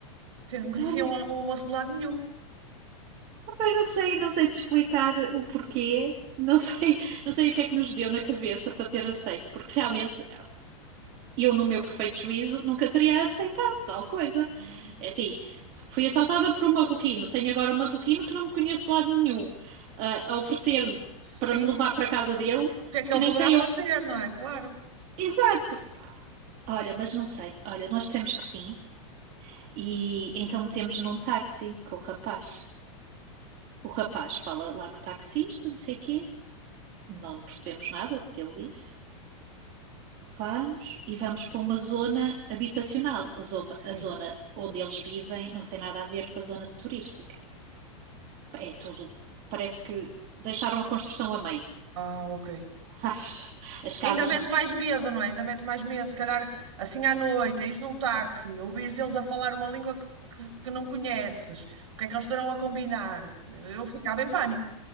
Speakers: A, on the right; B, on the right.
A: Porque Não conheciam
B: Olha,
A: o o moço de lado nenhum.
B: Mas não sei, não sei te explicar o porquê. Não <laughs> sei, não sei o que é que nos deu na cabeça para ter aceito, porque realmente eu, no meu perfeito juízo, nunca teria aceitado tal coisa.
A: Claro.
B: É assim, fui assaltada por um marroquino, tenho agora um marroquino que não me conheço de lado nenhum, ah, a oferecer-me
A: Sim.
B: para me levar para a casa dele,
A: O que é que
B: que
A: ele
B: nem
A: poderá
B: sei
A: fazer,
B: eu.
A: não é? Claro.
B: Exato! Olha, mas não sei. Olha, nós dissemos que sim, e então metemos num táxi com o rapaz. O rapaz fala lá com o taxista, não sei o quê. não percebemos nada do que ele disse. Vamos e vamos para uma zona habitacional. A zona,
A: Sim.
B: a zona onde eles vivem não tem nada a ver com a zona turística. É tudo. Parece que deixaram a construção a meio.
A: Ah, ok.
B: <laughs> As, as casas
A: Ainda mete
B: não têm.
A: mais medo, não é? Ainda mete mais medo. Se calhar, assim à noite, ires num táxi, ouvires eles a falar uma língua que, que- que não conheces. O que é que eles estarão a combinar? Eu ficava em pânico.